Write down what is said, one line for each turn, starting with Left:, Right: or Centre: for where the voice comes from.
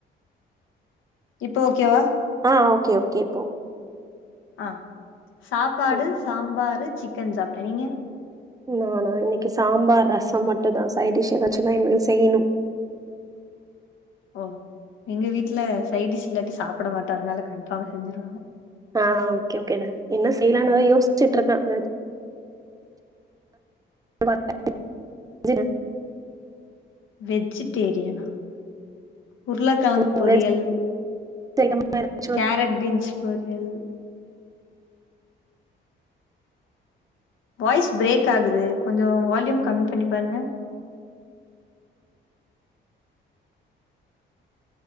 Left: இப்போ ஓகேவா
Right: ஆ ஓகே ஓகே இப்போ
Left: ஆஹ் சாப்பாடு
Right: சரி.
Left: சாம்பாரு சிக்கன் சாப்டேன் நீங்க
Right: நானா இன்னைக்கு சாம்பார் ரசம் மட்டும் தான் சைடிஷ் ஏதாச்சும்ன்னா இனிமே செய்யணும்
Left: ஓ எங்க வீட்ல சைடிஷ் இல்லாட்டி சாப் சாப்டாமாட்டம் அதனால கன்ஃபார்மா செஞ்சிருவாங்க
Right: ஆஹ் ஓகே ஓகே த என்ன செய்யலான்த யோசிச்சுட்டு இருக்கேன் <unintelligible>
Left: வெஜிடேரியனா உருளக்கிழங்கு
Right: ம்
Left: பொரியல்
Right: வெஜ் ஐட்டமா ஏதாச்சு
Left: கேரட் பீன்ஸ் பொரியல் வாய்ஸ் பிரேக் ஆகுது கொஞ்சம் வால்யூம் கம்மி பண்ணி பாருங்க